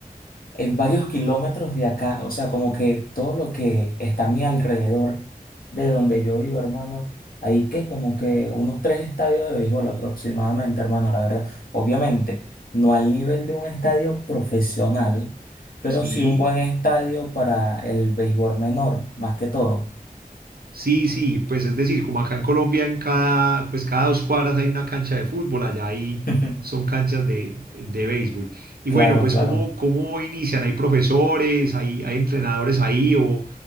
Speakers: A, on the left (about 70°); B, on the right (about 85°).
A: en varios kilómetros de acá, o sea, como que todo lo que está a mi alrededor de donde yo vivo, hermano, hay que como que unos tres estadios de béisbol aproximadamente, hermano, la verdad. Obviamente, no al nivel de un estadio profesional, pero
B: Sí.
A: sí un buen estadio para el béisbol menor, más que todo.
B: Sí, sí, pues es decir, como acá en Colombia, en cada, pues cada dos cuadras hay una cancha de fútbol, allá ahí
A: <laughs>
B: son canchas de, de béisbol. Y
A: Claro,
B: bueno, pues
A: claro.
B: ¿cómo, cómo inician? ¿Hay profesores, hay, hay entrenadores ahí o,